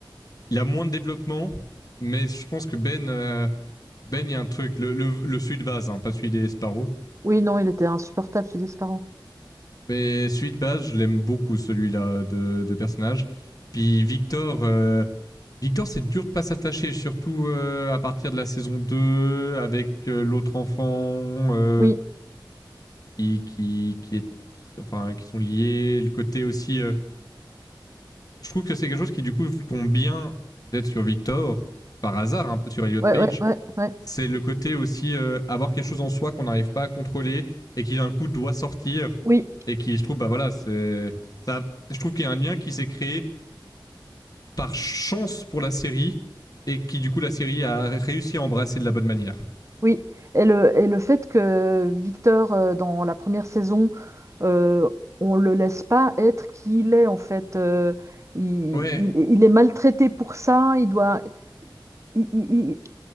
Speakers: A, on the left; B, on the right.
A: il a moins de développement, mais je pense que Ben, euh, Ben, il y a un truc, le, le, le celui de base, hein, pas celui des Sparrow,
B: Oui, non, il était insupportable, ce Desparent.
A: mais celui de base, je l'aime beaucoup, celui-là de, de personnage. Puis Victor, euh, Victor, c'est dur de pas s'attacher, surtout euh, à partir de la saison 2 avec euh, l'autre enfant, euh,
B: Oui.
A: qui, qui, qui, est, qui- enfin, qui sont liés. Le côté aussi, euh, je trouve que c'est quelque chose qui du coup tombe bien d'être sur Victor par hasard, un peu sur Elliot
B: Ouais,
A: Page.
B: ouais, ouais, ouais.
A: C'est le côté aussi euh, avoir quelque chose en soi qu'on n'arrive pas à contrôler et qui d'un coup doit sortir
B: Oui,
A: et qui, je trouve, bah voilà, c'est ça. Je trouve qu'il y a un lien qui s'est créé par chance pour la série et qui du coup la série a réussi à embrasser de la bonne manière.
B: oui. Et le, et le fait que Victor, euh, dans la première saison, euh, on le laisse pas être qui il est, en fait. euh, il,
A: Ouais,
B: il- il est maltraité pour ça. Il doit, il, il-